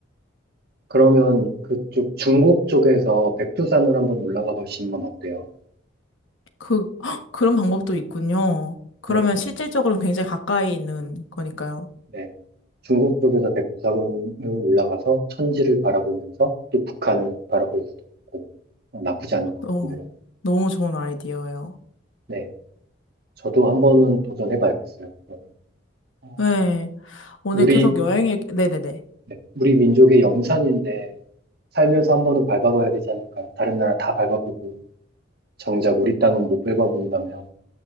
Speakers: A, on the right (about 50°); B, on the left (about 80°).
A: 그러면 그쪽 중국 쪽에서 백두산을 한번 올라가 보시는 건 어때요?
B: 그, <gasps> 헉, 그런 방법도 있군요. 그러면
A: 네,
B: 실질적으로는 굉장히 가까이 있는 거니까요.
A: 네. 중국 쪽에서 백두산을 올라가서 천지를 바라보면서 또 북한을 바라볼 수도 있고 어, 나쁘지 않을 것
B: 어,
A: 같은데요.
B: 너무 좋은 아이디어예요.
A: 네, 저도 한 번은 도전해 봐야겠어요. 그거를. 어,
B: 네, 오늘
A: 우리,
B: 계속 여행 얘기, 네네네.
A: 네, 우리 민족의 영산인데 살면서 한 번은 밟아봐야 되지 않을까요? 다른 나라 다 밟아보고 정작 우리 땅은 못 밟아본다면